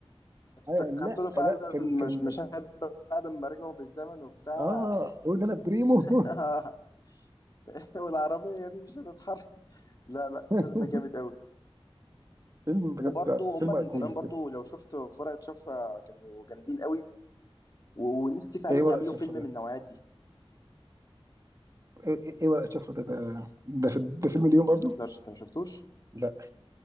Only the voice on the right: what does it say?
ايوه لا
لا كان كان
اه قول ده انا بريمو
<laughs>
فيلم بجد
فيلم
ايقوني
بجد
ايه ورقه
شفره
ده
ايه, إيه إيه ورقه شفره ده ده ده, في- ده فيلم اليوم برضو
لا